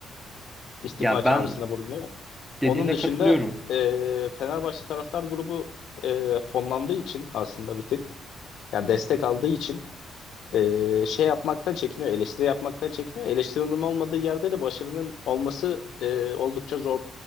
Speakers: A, on the left; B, in the centre.
A: istifa
B: Ya
A: çağrısında
B: ben
A: bulunuyor.
B: dediğine
A: Onun dışında
B: katılıyorum.
A: e, Fenerbahçe taraftar grubu e, fonlandığı için aslında bir tık yani destek aldığı için e, şey yapmaktan çekiniyor, eleştiri yapmaktan çekiniyor. Eleştirinin olmadığı yerde de başarının olması e, oldukça zor